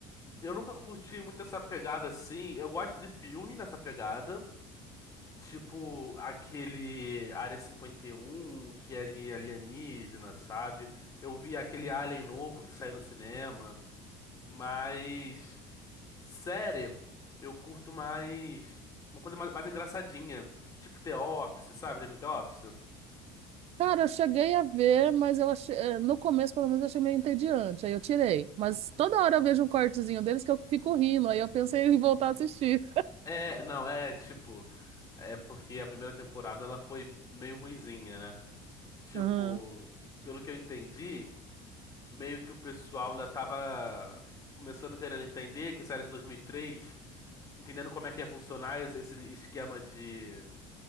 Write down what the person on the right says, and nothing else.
Cara, eu cheguei a ver, mas eu achei, eh, no começo, pelo menos, eu achei meio entediante. Aí eu tirei. Mas toda hora eu vejo um cortezinho deles que eu fico rindo. Aí eu pensei em <laughs> voltar a assistir.
Aham.